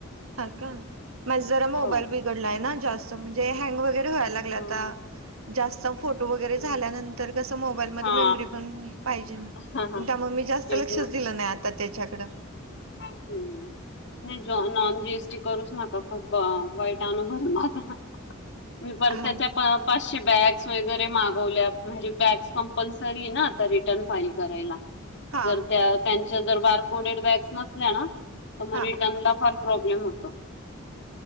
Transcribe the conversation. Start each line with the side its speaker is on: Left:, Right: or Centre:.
Right: ह का माझं जरा मोबाईल
Left: हो
Right: बिघडलाय ना जास्त म्हणजे हँग वैगे रे व्हाय लागलय
Left: हां
Right: आता
Left: हां
Right: जास्त फोटो वगैरे
Left: हं.
Right: झाल्यानं तर कसं मोबाईलमध्ये
Left: हां
Right: मेमरी पण पाहिजे ना
Left: हां हां
Right: त्यामुळे मी जास्त
Left: स्पेस
Right: लक्षच दिलं नाही आ ता त्याच्याकडं.
Left: हम्म नाही ज नॉन जी एस टी करूच नका खूप वाईट अनुभव हे माझा मी परत
Right: हा
Left: त्याच्या
Right: ना
Left: पा चशे बॅग्स वगैरे मागवल्या म्हणजे बॅग्स कंपल्सरी हे ना आता रिटर्न फाईल करायला.
Right: हा
Left: जर त्या त्यांच्या जर बारकोडेड बॅग्स नसल्या ना तर मग
Right: हा
Left: रिटर्नला फार प्रॉब्लेम होतो